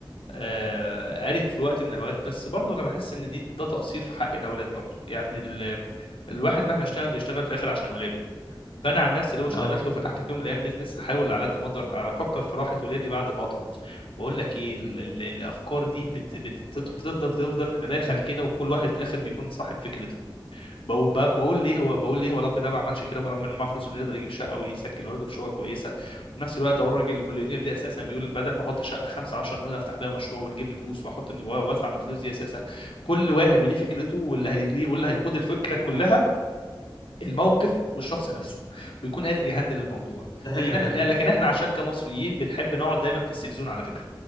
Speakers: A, on the left; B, on the left.
A: آه، عرف في وقت من الاوقات بس برضو انا بحس ان دي ده تقصير في حق الاولاد برضو يعني ال- الواحد مهما اشتغل بيشتغل في الاخر عشان ولاده فانا عن نفسي لو اشتغلت
B: اه
A: وفتحت في يوم من الايام بيزنس احاول على قد ما اقدر افكر في راحه ولادي بعد فتره بقول لك ايه ال ال الافكار دي بت- بت- بتفضل بتفضل تتداخل كده وكل واحد في الاخر بيكون صاحب فكرته بقول, بقول ليه هو بقول ليه هو الاب ده ما عملش كده برغم انه معاه فلوس انه يقدر يجيب شقه ويسكن ولاده في شقه كويسه وفي نفس الوقت اهو الراجل المليونير ده اساسا بيقول بدل ما احط شقه 5 10 مليون افتح بيها مشروع وتجيب لي فلوس واحط من وادفع من الفلوس دي اساسا كل واحد وليه فكرته واللي هي واللي هيقود الفكره كلها الموقف والشخص نفسه ويكون قادر يهندل الموضوع
B: دي حقيقه
A: لكن احنا
B: دي حقيقه
A: آه، لكن احنا عشان كمصريين بنحب نقعد دايما في السيف زون على فكره